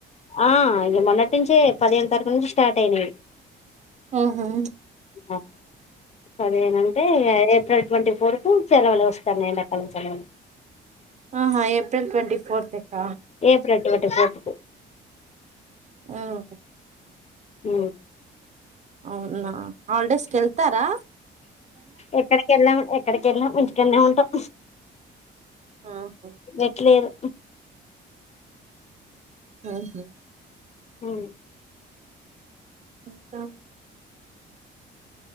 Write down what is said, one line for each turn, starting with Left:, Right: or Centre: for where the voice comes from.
Left: ఆ ఇగ మొన్నటి నుంచే పదిహేను తారీఖు నుంచి స్టార్ట్ అయినయి.
Right: ఆహా
Left: అ సరేనంటే ఇగ ఏప్రిల్ ట్వంటీ ఫోర్ కు సెలవలు వస్తాన్నయి ఎండా కాలం సెలవులు
Right: ఆహా ఏప్రిల్ ట్వంటీ ఫోర్త్ ఎక్క
Left: ఏప్రిల్ ట్వంటీ ఫోర్త్ కు
Right: అవును.
Left: ఊ
Right: అవునా హల్డేస్ కెల్తారా
Left: ఎక్కడకెళ్ళమ్ ఎక్ ఎక్కడికి వెళ్ళం ఇంటికాన్నె ఉంటాం.
Right: ఆహా
Left: వెట్లేదు
Right: ఆహా
Left: హు
Right: ఇంకా